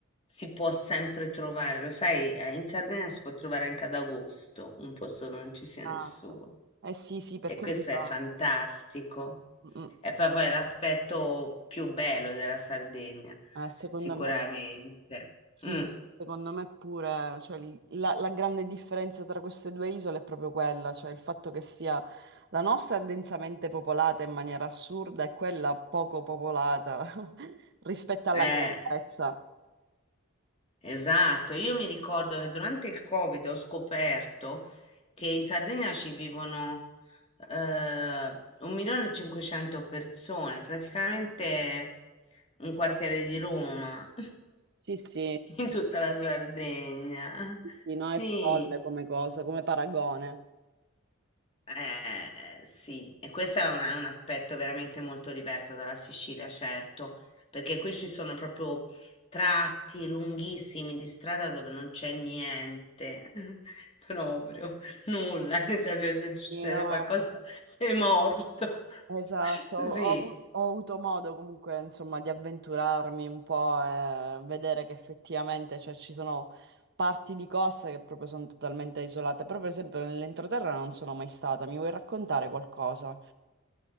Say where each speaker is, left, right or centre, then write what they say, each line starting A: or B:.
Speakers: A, on the left (about 30°); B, on the right (about 55°).
A: si può sempre trovare, lo sai, eh, in Sardegna si può trovare anche ad agosto un posto dove non ci sia
B: Esatto.
A: nessuno
B: Eh sì, sì, perché
A: e questo
B: mi fa-
A: è fantastico.
B: Mm,
A: È proprio l'aspetto più bello della Sardegna,
B: eh, secondo
A: sicuramente.
B: me. Sì,
A: Mm,
B: secondo me pure, cioè, il- la, la grande differenza tra queste due isole è proprio quella, cioè il fatto che sia la nostra è densamente popolata in maniera assurda e quella poco popolata <laughs> rispetto alla
A: eh.
B: grandezza.
A: Esatto, io mi ricordo che durante il Covid ho scoperto che in Sardegna ci vivono eh, 1.500.000 persone, praticamente un quartiere di Roma <laughs>
B: Sì, sì,
A: in tutta la
B: sì,
A: Sardegna.
B: sì, no,
A: Sì,
B: è folle come cosa, come paragone.
A: Eh, eh, sì, e questo è un, è un aspetto veramente molto diverso dalla Sicilia, certo, perché qui ci sono proprio tratti lunghissimi di strada dove non c'è niente, <laughs> proprio nulla, nel senso che se succede
B: Sì, no,
A: qualcosa <laughs> sei morto.
B: Esatto,
A: <laughs>
B: ho,
A: Sì,
B: avu- ho avuto modo comunque insomma di avventurarmi un po' e vedere che effettivamente cioè, ci sono parti di costa che proprio sono totalmente isolate. Però per esempio nell'entroterra non sono mai stata, mi vuoi raccontare qualcosa?